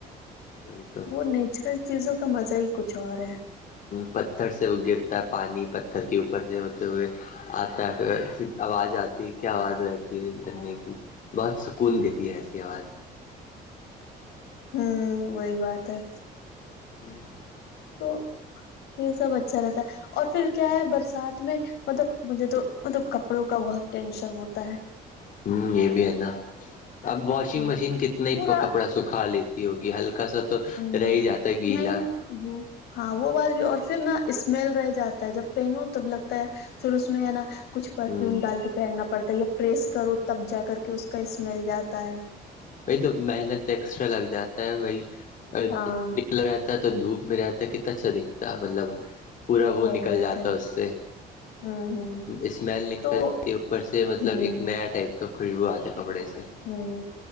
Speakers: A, on the left; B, on the left.
A: وہی تو
B: وہ نیچرل چیزوں کا مزہ ہی کچھ اور ہے
A: پتھر سے وہ گرتا ہے پانی پتھر کے اوپر سے ہوتے ہوئے آتا ہے پھر آواز آتی ہے کیا آواز رہتی ہے دھرنے کی بہت سکون دیتی ہے ایسی آوازیں
B: ہوں وہی بات ہے
A: جی
B: تو یہ سب اچھا رہتا ہے اور پھر کیا ہے برسات میں مطلب مجھے تو مطلب کپڑوں کا بہت ٹینشن ہوتا ہے
A: ہ یہ بھی ہے نا اب واشنگ
B: ہ
A: مشین کتنا ہی
B: پورا
A: کپڑا سکھا لیتی <inaudible> ہوگی ہلکا سا تو
B: ہ
A: رہ ہی جاتا ہے گیلا
B: نہیں نا وہ ہاں وہ بات بھی اور پھر نہا اسمیل رہ جاتا ہے جب پہنو تب لگتا ہے پھر اس میں ہے نا کچھ پرفیوم
A: ہوں
B: ڈال کے پہننا پڑتا ہے یا پریس کرو تب جا کر کے اس کا اسمیل جاتا ہے
A: بی تو محنت ایکسٹرا لگ جاتا ہے ب
B: ہاں
A: رہتا تو دھوپ میں رہتا ہے کتناچھا دکھتا مطلب پورا وہ
B: وہی
A: نکل
B: بات
A: جاتا
B: ہے
A: اس سے
B: ہ ہ
A: اسمیل نکل
B: تو
A: ہے اوپر سے مطلب
B: ہ
A: ایک نیا ٹائپ <inaudible> خشبو آ تھے کپڑے سے
B: ہوں